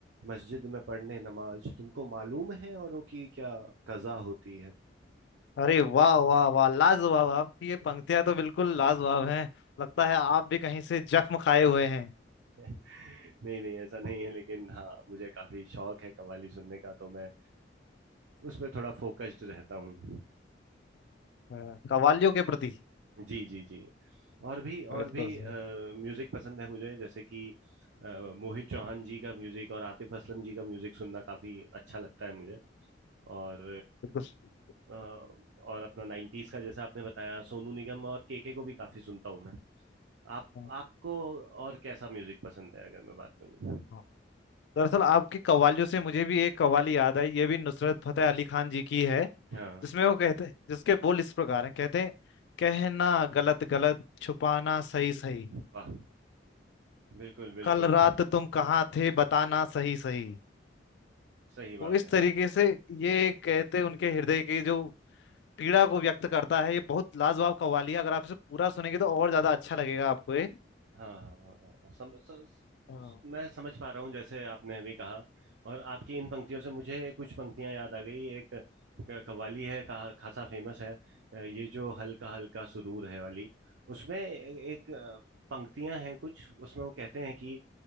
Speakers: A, on the right; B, on the left.
A: मस्जिद में पढ़ने नमाज तुमको मालूम है औरों की क्या कजा होती है
B: अरे वाह वाह वाह लाजवाब आपकी ये पंक्तियां तो बिल्कुल लाजवाब हैं लगता है आप भी कहीं से जख्म खाए हुए हैं
A: <laughs> नहीं नहीं ऐसा नहीं है लेकिन हाँ मुझे काफी शौक है कव्वाली सुनने का तो मैं उस पर थोड़ा फोकस्ड रहता हूँ
B: अ, कव्वालियों के प्रति
A: जी जी जी और भी और
B: बिल्कुल
A: भी
B: सही,
A: म्यूजिक पसंद है मुझे जैसे कि अ, मोहित चौहान जी का म्यूजिक और आतिफ असलम जी का म्यूजिक सुनना काफी अच्छा लगता है मुझे और
B: बिल्कुल सही।
A: अ, और अपना 90s का जैसा आपने बताया सोनू निगम और केके को भी काफी सुनता हूँ मैं आप
B: हाँ,
A: आपको और कैसा म्यूजिक पसंद है अगर मैं बात करूँ
B: हाँ। दरअसल आपकी कव्वालियों से मुझे भी एक कव्वाली याद आई ये भी नुसरत फतेह अली खान जी की है
A: हाँ
B: जिसमें वो कहते हैं जिसके बोल इस प्रकार हैं कहते हैं कहना गलत गलत छुपाना सही सही
A: वाह बिल्कुल बिल्कुल
B: कल रात तुम कहाँ थे बताना सही सही
A: सही बात
B: वो इस
A: है
B: तरीके से ये कहते उनके हृदय की जो पीड़ा को व्यक्त करता है ये बहुत लाजवाब कव्वाली है अगर आप इसे पूरा सुनेंगे तो और ज्यादा अच्छा लगेगा आपको ये
A: हाँ हाँ, हाँ, हाँ, सम, स,
B: हाँ
A: स- मैं समझ पा रहा हूँ जैसे आपने अभी कहा और आपकी इन पंक्तियों से मुझे कुछ पंक्तियां याद आ गई एक क- कव्वाली है का, खासा फेमस है अ, ये जो हल्का हल्का सुरूर है वाली उसमें एक अ, पंक्तियां हैं कुछ उसमें वो कहते हैं कि